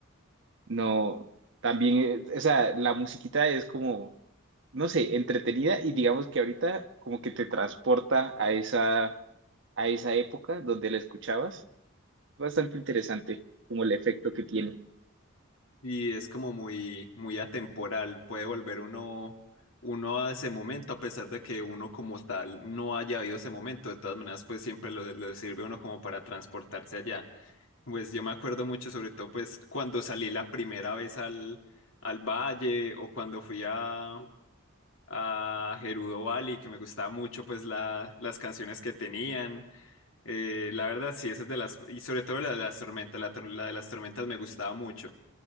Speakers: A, on the right (about 60°); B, on the left (about 75°).
A: no, también, eh, o sea, la musiquita es como, no sé, entretenida y digamos que ahorita como que te transporta a esa, a esa época donde la escuchabas. Bastante interesante como el efecto que tiene.
B: Y es como muy, muy atemporal. Puede volver uno, uno a ese momento, a pesar de que uno como tal no haya habido ese momento. De todas maneras, pues siempre lo, lo sirve a uno como para transportarse allá. Pues yo me acuerdo mucho, sobre todo, pues cuando salí la primera vez al, al valle o cuando fui a, a Gerudo Valley, que me gustaba mucho, pues la, las canciones que tenían. Eh, la verdad, sí, esa es de las, y sobre todo la de las tormentas, la, tor- la de las tormentas me gustaba mucho.